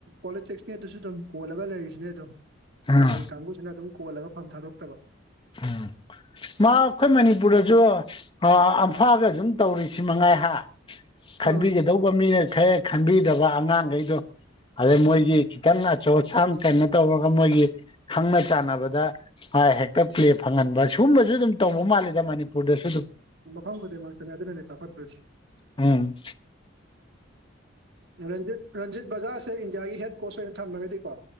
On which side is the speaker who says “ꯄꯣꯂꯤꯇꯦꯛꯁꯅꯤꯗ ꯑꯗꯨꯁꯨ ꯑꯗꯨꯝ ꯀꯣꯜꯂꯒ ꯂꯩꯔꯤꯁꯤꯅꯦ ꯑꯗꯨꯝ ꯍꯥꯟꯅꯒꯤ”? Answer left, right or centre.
Right